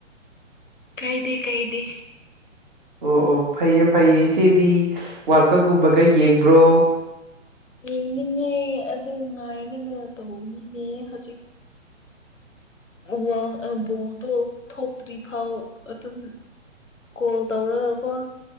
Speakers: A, on the left; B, on the right.
A: ꯀꯩꯥꯏꯗ ꯀꯩꯗꯦ
B: ꯑꯣ ꯑꯣ ꯐꯩꯌꯦ ꯐꯩꯌꯦ ꯏꯆꯦꯗꯤ ꯋꯥꯔꯜ ꯀꯞꯀꯨꯝꯕꯒ ꯌꯦꯡꯕ꯭ꯔꯣ
A: ꯌꯦꯡꯅꯤꯡꯉꯦ ꯑꯗꯨ ꯉꯥꯏꯅꯅ ꯇꯧꯕꯅꯤꯡꯉ ꯍꯧꯖꯤꯛ ꯑꯣ ꯣꯗꯣ ꯊꯣꯛꯇ꯭ꯔꯤ ꯐꯥꯎ ꯑꯗꯨꯝ ꯀꯣꯜ ꯇꯧꯔꯒꯀꯣ